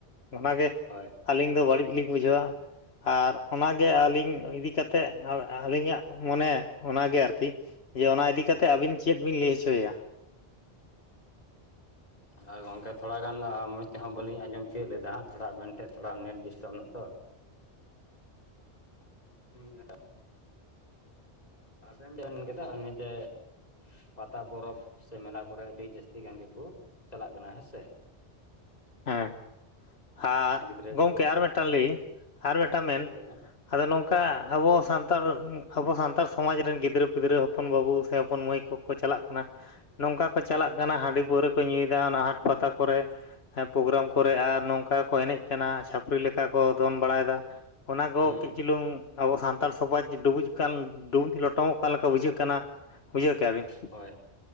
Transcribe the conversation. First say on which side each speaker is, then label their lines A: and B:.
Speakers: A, on the left; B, on the left.
A: ᱚᱱᱟᱜᱮ
B: ᱦᱳᱭ
A: ᱟᱹᱞᱤᱧ ᱫᱚ ᱵᱟᱹᱲᱤᱡ ᱞᱤᱧ ᱵᱩᱡᱷᱟᱹᱣᱟ ᱟᱨ ᱚᱱᱟᱜᱮ ᱟᱹᱞᱤᱧ ᱤᱫᱤ ᱠᱟᱛᱮᱫ ᱟᱹᱞᱤᱧᱟᱜ ᱢᱚᱱᱮ ᱚᱱᱟᱜᱮ ᱟᱨᱠᱤ ᱡᱮ ᱚᱱᱟ ᱤᱫᱤ ᱠᱟᱛᱮ ᱟᱵᱤᱱ ᱪᱮᱫ ᱵᱤᱱ ᱞᱟᱹᱭ ᱦᱚᱪᱚᱭᱟ?
B: ᱦᱚᱭ ᱜᱚᱝᱠᱮ ᱛᱷᱚᱲᱟᱜᱟᱱ ᱢᱚᱸᱡᱽ ᱛᱮᱦᱚᱸ ᱵᱟᱹᱞᱤᱧ ᱟᱸᱡᱚᱢ ᱛᱤᱭᱳᱜ ᱞᱮᱫᱟ ᱦᱟᱸᱜ ᱛᱷᱚᱲᱟ ᱢᱮᱱᱛᱮ ᱛᱷᱚᱲᱟ ᱱᱮᱴ ᱰᱤᱥᱴᱟᱵᱽ ᱱᱟ ᱛᱚ᱾ ᱦᱩᱸ <unintelligible> ᱟᱵᱮᱱ ᱵᱤᱱ ᱢᱮᱱ ᱜᱮᱫᱟ ᱩᱱᱤ ᱡᱮ ᱯᱟᱛᱟ ᱯᱚᱨᱚᱵᱽ ᱥᱮ ᱢᱮᱞᱟ ᱠᱚᱨᱮ ᱟᱹᱰᱤ ᱡᱟᱹᱥᱛᱤ ᱜᱟᱱ ᱜᱮᱠᱚ ᱪᱟᱞᱟᱜ ᱠᱟᱱᱟ ᱦᱮᱸᱥᱮ᱾ <unintelligible>
A: ᱦᱮᱸ ᱟᱨ
B: ᱜᱤᱫᱽᱨᱟᱹ
A: ᱜᱚᱝᱠᱮ
B: ᱠᱚ
A: ᱟᱨ ᱢᱤᱫᱴᱟᱝ ᱞᱟᱹᱭ ᱤᱧ ᱟᱨ ᱢᱤᱫᱴᱟᱝ ᱢᱮᱱ
B: ᱦᱳᱭ ᱞᱟᱹᱭ ᱵᱮᱱ
A: ᱟᱫᱚ ᱱᱚᱝᱠᱟ
B: ᱦᱩᱸ
A: ᱟᱵᱚ ᱥᱟᱱᱛᱟᱲ ᱚᱩᱻ ᱟᱵᱚ ᱥᱟᱱᱛᱟᱲ ᱥᱚᱢᱟᱡᱽ ᱨᱮᱱ ᱜᱤᱫᱽᱨᱟᱹ ᱯᱤᱫᱽᱨᱟᱹ ᱦᱚᱯᱚᱱ ᱵᱟᱹᱵᱩ ᱥᱮ ᱦᱚᱯᱚᱱ ᱢᱟᱹᱭ ᱠᱚ ᱠᱚ ᱪᱟᱞᱟᱜ ᱠᱟᱱᱟ ᱱᱚᱝᱠᱟ ᱠᱚ ᱪᱟᱞᱟᱜ ᱠᱟᱱᱟ ᱦᱟᱺᱰᱤ ᱯᱟᱹᱣᱨᱟᱹ ᱠᱚ ᱧᱩᱭᱮᱫᱟ ᱚᱱᱟ ᱦᱟᱸᱴ ᱯᱟᱛᱟ ᱠᱚᱨᱮ᱾ ᱯᱨᱳᱜᱨᱟᱢ ᱠᱚᱨᱮ
B: ᱦᱩᱸ
A: ᱟᱨ ᱱᱚᱝᱠᱟ ᱠᱚ ᱮᱱᱮᱡ ᱠᱟᱱᱟ ᱪᱷᱟᱹᱯᱲᱤ ᱞᱮᱠᱟ ᱠᱚ ᱫᱚᱱ ᱵᱟᱲᱟᱭᱮᱫᱟ ᱚᱱᱟ ᱠᱚ
B: ᱦᱩᱸ
A: ᱠᱟᱹᱡ ᱪᱩᱞᱩᱝ ᱟᱵᱚ ᱥᱟᱱᱛᱟᱲ ᱥᱚᱢᱟᱡᱽ ᱰᱩᱵᱩᱡᱚᱜ ᱠᱟᱱ ᱰᱩᱵᱩᱡ ᱞᱚᱴᱚᱢᱚᱜ ᱠᱟᱱ ᱞᱮᱠᱟ ᱵᱩᱡᱷᱟᱹᱜ ᱠᱟᱱᱟ᱾ ᱵᱩᱡᱷᱟᱹᱣ ᱠᱮᱜ-ᱟ ᱵᱤᱱ᱾
B: ᱦᱳᱭ